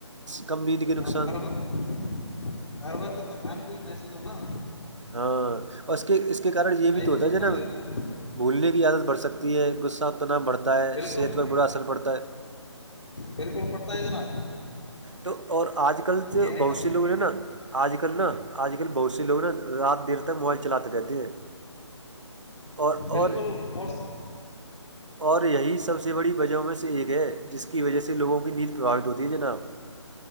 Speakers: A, on the right; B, on the left.
A: کمرید کے نقصان
B: اب ہر وقت ہر وقت تھکاان کوئی محسوس ہوناا
A: ہاں اور اس کے اس کے کارن یہ بھی تو
B: میں
A: ہوتا
B: من
A: ہے ج
B: نہ
A: نا
B: لگنا
A: بھولنے کی عادت بڑھ سکتی ہے غصہ ا تنا بڑھتا ہے
B: بالکل
A: صحت پر برا اثر پڑتا ہے
B: بالکل پ ت جناب
A: تو اور آج کل تو
B: کہنے
A: بہت
B: کا
A: سے لوگ نے نا آج کل نا آج کل بہت سے لوگ نا رات دیر تک موبائل چلاتے رہتے ہیں اور
B: بالکل
A: اور
B: اور
A: اور یہی سب سے بڑی وجہوں میں سے ایک ہے جس کی وجہ سے لوگوں کی نیند پرباوت ہوتی ہے جناب